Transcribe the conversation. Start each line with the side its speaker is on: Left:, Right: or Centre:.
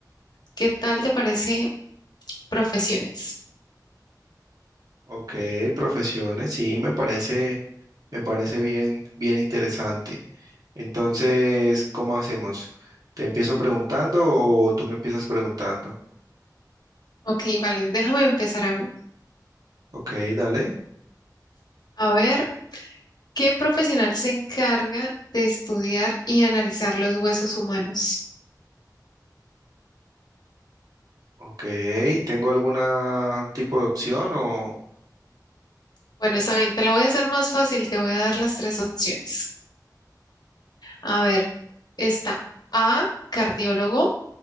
Left: ¿Qué tal te parece profesiones?
Right: Ok, profesiones, sí, me parece, me parece bien, bien interesante. Entonces, ¿cómo hacemos? ¿Te empiezo preguntando o tú me empiezas preguntando?
Left: Ok, vale, déjame empezar a mí.
Right: Ok, dale.
Left: A ver. ¿Qué profesional se encarga de estudiar y analizar los huesos humanos?
Right: Ok, ¿tengo algún tipo de opción o...?
Left: Bueno, está bien, te la voy a hacer más fácil, te voy a dar las tres opciones. A ver, está A, cardiólogo,